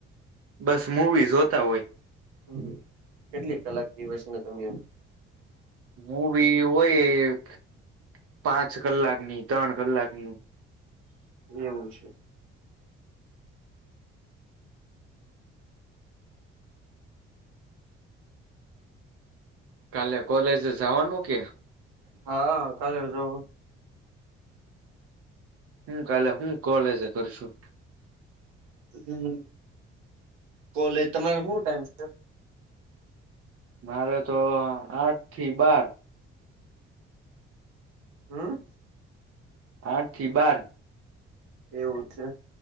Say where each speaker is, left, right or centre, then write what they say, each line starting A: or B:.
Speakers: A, on the right; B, on the right.
A: બસ મુવી જોતા હોય.
B: હમ્મ કેટલીક કલાક દિવસ ને તમે એમ
A: હું બી હોય એક પાંચ કલાકની ત્રણ કલાકની
B: એવું છે.
A: કાલે કોલેજ જવાનું કે
B: હા કાલે જો
A: હું કાલે હું કોલેજ કરશું
B: હમ કોલેજ તમારે શું ટાઈમ છે
A: મારે તો આઠ, થી બાર.
B: હમ્મ
A: આઠ થી, બાર.
B: એવું છે.